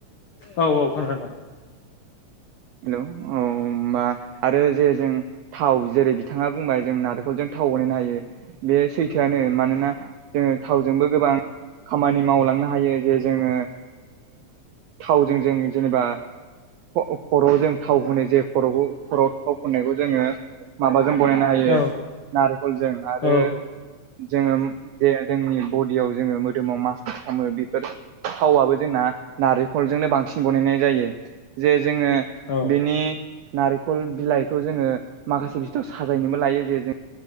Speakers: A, on the left; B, on the right.
A: औ औ खोनादों
B: हेल' औ होनबा आरो जे जों थाव जेरै बिथांङा बुंबाय जों नारेंखलजों थाव बानायनो हायो बे सैथोआनो मानोना जोंङो थावजोंबो गोबां खामानि मावलांनो हायो। जे जोंङो थावजों जों जेनेबा खर'जों थाव फुननो जे खर' खर'आव थाव फुननायखौ जोंङो माबाजों बनायनो हायो।
A: औ
B: नारखलजों आरो
A: औ
B: जोंङो जे जोंनि बडियाव जोंङो मो मोदोमाव मासास खामो बेफोर थावआबो जोंना नारेंखलजोंनो बांसिन बानायनाय जायो। जोंङो
A: औ
B: बिनि नारेंखल बिलाइखौ जोंङो माखासे बिस्थुयाव साजायनोबो लायो जे जों